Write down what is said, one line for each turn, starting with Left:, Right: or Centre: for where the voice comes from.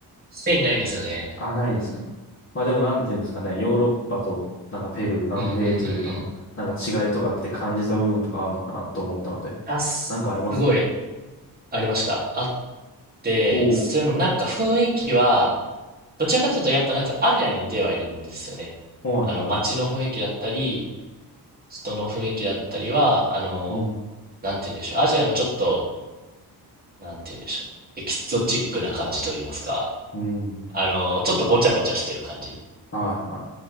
Right: スペインないんですよね。
Left: あ、ないですか。まあでもなんていうんですかね、ヨーロッパとなんかペルー、南米というかの、
Right: うんうんうんうん。
Left: なんか違いとかって感じた部分とかあるのかなと思ったので、
Right: あ、す、
Left: なんかありますか
Right: すごい、ありました。あって、
Left: おお
Right: それのなんか雰囲気は、どちらかというとやっぱなんかアジアに似てはいるんですよね。
Left: ー、はいはい。
Right: あの、街の雰囲気だったり、人の雰囲気だったりは、あの、
Left: うん、
Right: なんて言うんでしょう。アジアのちょっと、なんて言うんでしょう。エキゾチックな感じと言いますか。
Left: うん、
Right: あの、ちょっとごちゃごちゃしてる感じ
Left: はいは